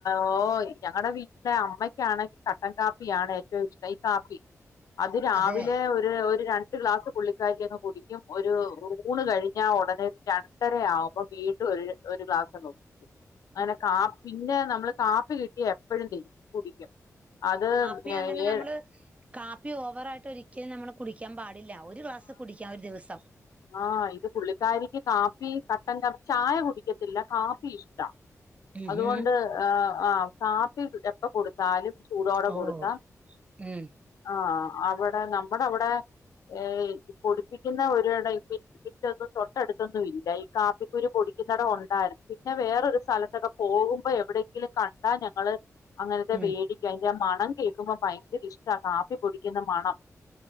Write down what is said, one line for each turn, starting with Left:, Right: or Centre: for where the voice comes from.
Left: ഓ ഞങ്ങളടെ വീട്ടിലെ അമ്മയ്ക്കാണെങ്കി കട്ടൻ കാപ്പിയാണ് ഏറ്റവും ഇഷ്‌ടം ഈ കാപ്പി അത് രാവിലെ
Right: അതെ
Left: ഒരു ഒരു രണ്ട് ഗ്ലാസ് പുള്ളിക്കാരി അങ്ങ് കുടിക്കും ഒരു ഊണ് കഴിഞ്ഞാ ഒടനെ രണ്ടര ആവുമ്പോ വീണ്ടും ഒരു ഒരു ഗ്ലാസങ്ങ്
Right: <inaudible>
Left: അങ്ങനെ കാപ്പി പിന്നെ നമ്മള് കാപ്പി കിട്ടിയാ എപ്പഴും കുടിക്കും അത്
Right: പ്പി അങ്ങനെ നമ്മള്
Left: ഏ
Right: കാപ്പി ഓവറായിയിട്ട് ഒരിക്കലും നമ്മള് കുടിക്കാം പാടില്ല ഒരു ഗ്ലാസ് കുടിക്കാം ഒരു ദിവസം
Left: ആഹ് ഇത് പുള്ളിക്കാരിക്ക് കാപ്പി കട്ടൻ ക്കാ ചായ കുടിക്കത്തില്ല കാപ്പി ഇഷ് ട്ടാ
Right: ഉം
Left: അതുകൊണ്ട്
Right: ഹും
Left: ആഹ് ആ കാപ്പി എപ്പ കൊട്ത്താലും ചൂടോടെ
Right: ഓ
Left: കൊടുത്താ
Right: ഉം
Left: ആഹ് അവടെ നമ്മടെ അവടെ ഏഹ് പ്പൊടിപ്പിക്കുന്ന ഒരു ടൈപ്പ് പിന്നൊന്നും തൊട്ടട്ത്തൊന്നും ഇല്ല ഈ കാപ്പിക്കുരു പൊടിക്കുന്നടം ഒണ്ടാരുന്നു പിന്നെ വേറൊരു സ്ഥല തൊക്കെ പോവുമ്പോ എവിടെങ്കിലും കണ്ടാ ഞങ്ങള് അങ്ങനത്തെ
Right: ഉം
Left: വേടിക്കാ അതിന്റെ ആ മണം കേക്കുമ്പോ ഭയങ്കര ഇഷ് ട്ടാ കാപ്പി പൊടിക്കുന്ന മണം